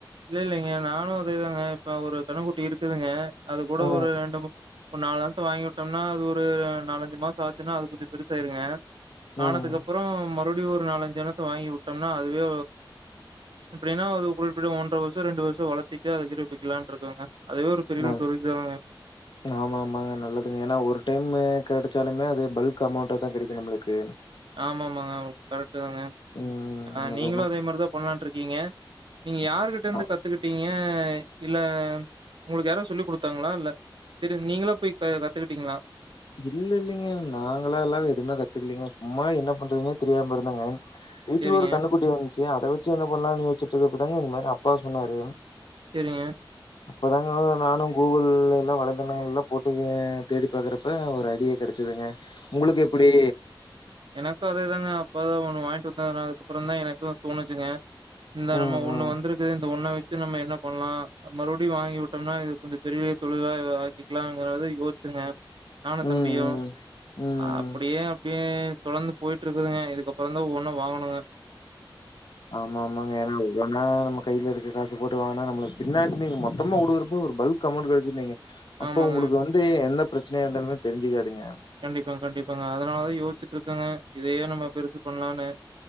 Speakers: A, on the right; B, on the left.
A: இல்ல இல்லங்க நானூ அதேதாங்க இப்ப ஒரு கன்னுக்குட்டி இருக்குதுங்க அது கூட
B: ஆ
A: ஒரு ரெண்டு இப்ப நாலாத்த வாங்கி உட்டோனா அது ஒரு நாலஞ்சு மாசொ ஆச்சுன்னா அது கொஞ்சொ பெருசாயிருங்க
B: ம்
A: ஆனதுக்கு அப்றொ மறுபடியு ஒரு நாலஞ்சன்னோ வாங்கி உட்டோனா அதுவே எப்டினா அது குல் அப்ப ஒன்ற வருஷொ ரெண்டு வருஷொ வளத்திட்டு அத கிர விக்கலான்னுட்ருக்கங்க அதேவே ஒரு பெரிய
B: ஆ
A: தொழில் தாங்க
B: ஆமா ஆமாங்க நல்லதுங்க ஏனா ஒரு டைமு கெடச்சாலுமே அது பல்க் அமௌண்ட தா கெடைக்கு நம்ளுக்கு
A: ஆமா ஆமாங்க கரெக்ட்டு தாங்க
B: ம்
A: ஆ
B: அது
A: நீங்களு
B: ஒன்னு
A: அதே மாதிரிதா பண்ணலான்ட்டுருக்கீங்க நீங்க யாருகிட்டருந்து
B: அ
A: கத்துக்கிட்டீங் கே இல்ல ஒங்களுக்கு யாரோ சொல்லி குடுத்தாங்ளா இல்ல செரி நீங்களா போயீ க கத்துக்கிட்டீங்ளா
B: இல்ல இல்லெங்க நாங்களாலா எதுவுமே கத்துக்லீங்க சும்மா என்ன பண்றதுன்னே தெரியாம இருந்தங்க வீட்டுக்கு
A: சரிங்க,
B: ஒரு கன்னுகுக்குட்டி இர்ந்துச்சு அத வச்ச என்ன பண்லானு யோிச்சுட்டுர்க்கப்பதாங்க இந்த மாரி அப்பா சொன்னாரு
A: டெரியெ
B: அப்போதாங்க நானு கூகுள் எல்லா வலைதளங்கள் எல்லா போட்டு தேடி பாக்கறப்ப ஒரு ஐடியா கிடச்சிதுங்க உங்களுக்கு எப்புடி
A: எனக்கு அதேதாங்க அப்போதா ஒண்ணு வாங்கிட்டு வந்ததாரா அதுக்குப்பறொ தா எனக்கூ தோணுச்சுங்க இந்த
B: ம்
A: நம்ம
B: ம்
A: ஒண்ணு வந்திருக்குது இந்த ஒண்ண வச் வச்சு நம்ம என்ன பண்லா மறுபடியு வாங்கி விட்டோமுனா இத கொஞ்சொ பெரிய தொழிலா இதுவாக்கிக்கலாங்கறத யோஸ்ச்சுங்க நானூ
B: ம்
A: தம்பியூ
B: ம் ம்
A: அப்டியே அப்டியே தொடர்ந்து போயிட்டுருக்குதுங்க இதுக்கப்றதாஒவ்வொண்ணா வாங்ணுங்க
B: ஆமா ஆமாங்க ஏன்னா ஒவ்வொன்னா நம்ம கையில இருக்க காசு போட்டு வாங்கனா நம்ம பின்னாடி நீங்க மொத்தமா குடுக்கறப்ப ஒரு பல்க் கமொண்ட் கெடச்சிருந்தீங்க அப்போ
A: ஆமாங்க.
B: உங்களுக்கு வந்து எந்த பிரச்சனயா இருந்தாலுமே தெரிஞ்சுக்காதுங்க
A: கண்டிப்பாங்க கண்டிப்பாங்க அதனாலதா யோசிச்சுட்டு இருக்கங்க இதயே நம்ம பெருசு பண்லான்னு